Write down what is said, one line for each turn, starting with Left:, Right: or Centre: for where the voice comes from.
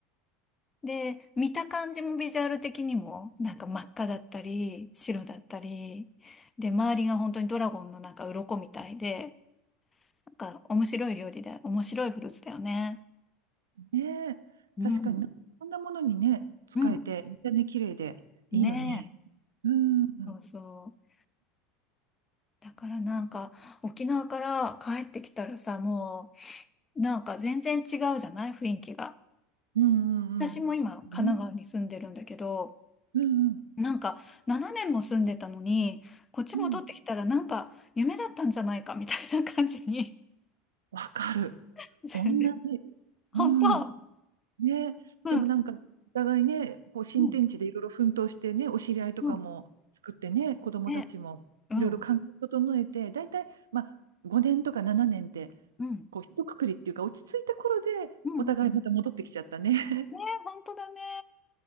Left: で、見た感じもビジュアル的にも、なんか真っ赤だったり、白だったり、で、周りが本当にドラゴンのなんか鱗みたいで、なんか面白い料理で、面白いフルーツだよね。
Right: ねえ、
Left: うん、
Right: 確かにな、こんなものにね、使えて、
Left: うん。
Right: 見た目綺麗でいいよね。
Left: ね
Right: うん。うん
Left: え。そうそう。だからなんか、沖縄から帰ってきたらさ、もう、なんか全然違うじゃない雰囲気が。
Right: うんうん。
Left: 私も今、
Right: うね
Left: 神奈川に住んでるんだけど、
Right: うんうん
Left: なんか、7年も住んでたのに、こっち戻ってきたらなんか夢だったんじゃないかみたいな感じに、
Right: うん。わかる。
Left: <laughs> 全然、
Right: 同じ。
Left: 本当、
Right: うん。ね。
Left: うん、
Right: でもなんか、お互いね、こう新天地でいろいろ奮闘してね、
Left: うん、
Right: お知り合いとかも作ってね、
Left: うん、
Right: 子供たちもいろいろ環境を整えて、
Left: ね、うん、うん、
Right: 大体、まあ、5年とか7年って、
Left: うん、
Right: こう、一括りっていうか、落ち着いた頃で、
Left: うん、
Right: お互いまた戻ってきちゃったね。
Left: うんね、本当だね。